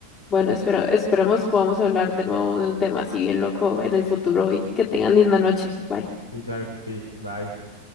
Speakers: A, on the left; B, on the left.
A: Bueno, espero, esperemos podamos hablar de nuevo de un tema así bien loco en el futuro y que tengan linda noche. Bye.
B: Sí, claro que sí. Bye.